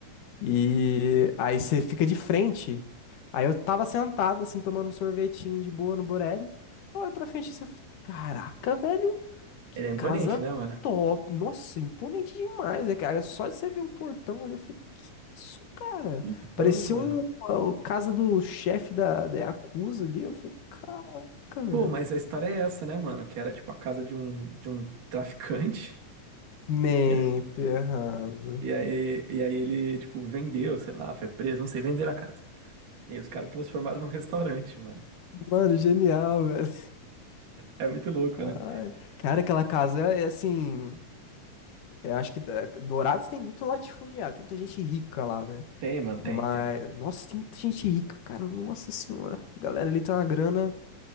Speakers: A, on the left (about 75°); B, on the right (about 80°).
A: E aí você fica de frente. Aí eu tava sentado, assim, tomando um sorvetinho de boa no Borelli. Eu olho pra frente assim, eu falei, caraca, velho, que
B: Ele é imponente,
A: casa
B: né, mano?
A: top. Nossa, imponente demais, é, cara. Só de você ver o portão ali, eu falei, que isso, cara?
B: Então,
A: Parecia
B: mano.
A: um, a casa do chefe da, da Yakuza ali. Eu falei, caraca, velho.
B: Pô, mas a história é essa, né, mano? Que era, tipo, a casa de um, de um traficante.
A: Nem
B: <laughs>
A: ferrando.
B: E aí, e aí ele, tipo, vendeu, sei lá, foi preso, não sei, venderam a casa. E aí os caras transformaram num restaurante, mano.
A: Mano, genial, velho.
B: É muito louco,
A: Ai,
B: né?
A: cara, aquela casa é assim. Eu acho que da- Dourados tem muito latifundiário, tem muita gente rica lá, né?
B: Tem, mano, tem,
A: Mas,
B: tem.
A: nossa, tem muita gente rica, cara, nossa senhora. A galera ali tem uma grana